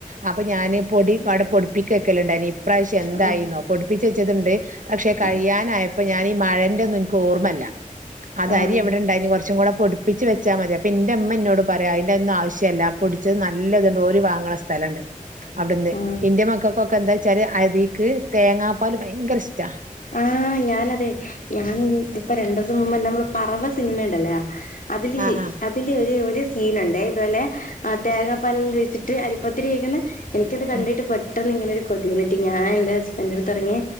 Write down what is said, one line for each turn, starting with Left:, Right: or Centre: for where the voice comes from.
Right: അപ്പൊ ഞാൻ പൊടി അടെ പൊടി പ്പിച്ചക്കല്ണ്ടായ്നി ഇപ്രാവിശ്യം എന്തായിന്നോ
Left: ആഹ്
Right: പൊടിപ്പിച്ച് വെച്ചത്ണ്ട് പക്ഷെ കഴിയാനായ
Left: ആഹ്
Right: അപ്പൊ ഞാനീ ഈ മഴന്റെ ഒന്നും ഇൻക്ക് ഓർമ്മ ഇല്ല അത്
Left: ആഹ്
Right: അരി എവിടെണ്ടായിനി കൊറച്ചും കൂടെ പൊട് പ്പിച്ച് വെച്ചാമതി അപ്പ ഇന്റെ ഇമ്മ ഇന്നോട് പറയും അയ്ൻ്റെ ഒന്നും ആശ്യല്ല പൊടിച്ചത് നല്ലത്ണ്ട് ഓര് വാങ്ണ സ്ഥലണ്ട് അവിട്ന്ന്
Left: ആഹ്
Right: ഇന്റെ മക്കക്കൊക്കെ എന്താച്ചാല് അതിക്ക് തേങ്ങാപ്പാൽ ഭയങ്കര ഇഷ്ട
Left: ആഹ് ഞാനതെ ഞാൻ ഇപ്പൊ രണ്ടു ദിവസംമുമ്പ് നമ്മളെ പറവ സിനിമണ്ടല്ലോ അതില്
Right: ആഹ് ആഹ്
Left: അതില് ഒരു ഒരു സീനുണ്ടെ ഇതോലെ ആഹ് തേങ്ങാപ്പാലെല്ലാം ഒഴിച്ചിട്ട് അരിപ്പത്തിരി ഒയിക്കുന്നെ എനിക്കത് കണ്ടിട്ട്
Right: ഉം
Left: പെട്ടെന്ന് ഇങ്ങനെ ഒരു കൊതി വന്നിട്ട് ഞാൻ എന്റെ ഹസബന്റെട്ത്ത് പറഞ്ഞ്